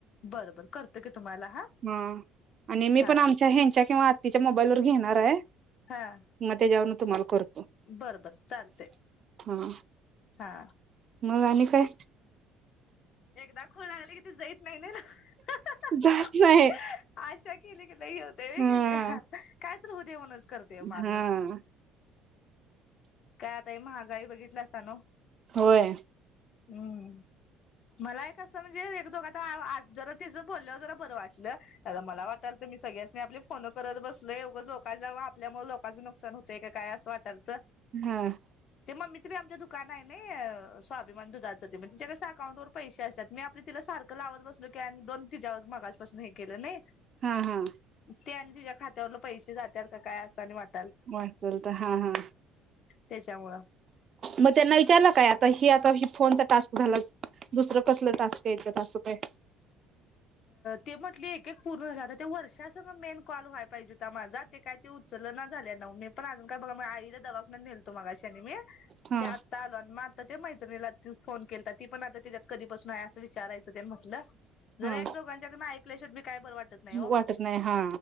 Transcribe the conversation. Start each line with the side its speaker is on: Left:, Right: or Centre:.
Left: बरं बरं करतो की तुम्हाला
Right: हा आणि मी
Left: हा
Right: पण आमच्या हेंच्या किंवा तिच्या मोबाईल वर घेणाराय
Left: हा
Right: मध्ये जाऊन तो म्हाल करतो
Left: बरं बर चालतय
Right: हम्
Left: हा
Right: मग आणि काय
Left: एकदा खुल लागली कि जइत नाही ह ह
Right: जात
Left: ह
Right: नाही
Left: आशा केली कि लइ हे हुतय होय
Right: हा
Left: कनी काय तर हुदे म्हणूनच करतय ओ माणूस
Right: हा
Left: काय आता हे महागाई बघितलासा नोव
Right: होय
Left: हम्म मला एक कसं म्हणजे एक दोघ आ व आत जरा तिज बोल्यावर जरा बर वाटलं नइत मला वाट तर मी सगळ्यांसनी आपली फोन करत बसलोय उगच लोकांची नाव आपल्यामुळ लोकाचं नुकसान हुतय का काय असं वाटलत
Right: हम
Left: ते मम्मीचं बी आमच्या दुकानाय नइ स्वाभिमान दुधाचं ते म्हणज तेजच अकाउंट वर पैसे असत्यात मी आपल तिला सारख लावत बसलो की आणि दोन तिजावर मगाजपासन हे केलं नइ
Right: हा हा
Left: ते आणि ति्ज्या खात्यावरला पैशे जात्यात का काय असं आणि वाट
Right: वाटल तर हा हा
Left: तेच्यामुळं
Right: मग तेना विचारला काय आता ही आता ही फोनचा टास्क झाला दुसरं कसलं टास्क येत्यात असं काय
Left: ते म्हटली एक एक पूर्ण वाटला ते वर्षास मेन कॉल व्हाय पाइजेत माझा ते काय ती उचलना झाल्या नव मी पण अजून काय बगा आईला दवाखान्यला नेलत त मगाशानी मी
Right: हा
Left: ते आत्ता आलो आणि म तर ते मैत्रिणीला ज फोन केलता ती पण आता तेज्यात कधीपासन हाय असं विचारायचं तेन म्हटलं जरा
Right: हा
Left: एक दोघांच्याकडन ऐकल्या शिवट बी काय बरं वाटत नाय ओ
Right: वाटत नाही हा